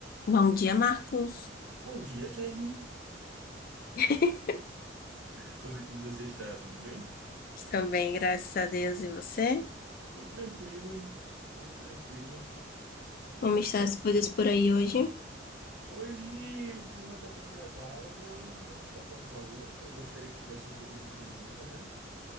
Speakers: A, on the left; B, on the right.
A: Bom dia, Marcos.
B: Bom dia, Kelly.
A: <laughs>
B: Como é que você está? Tudo bem?
A: Estou bem, graças a Deus. E você?
B: Tudo tranquilo, tudo tranquilo. Eu
A: Como
B: tô...
A: estão as coisas por aí hoje?
B: Hoje o clima tá bem agradável, não está tão calor. Eu gostaria que tivesse um pouco de friozinho, né?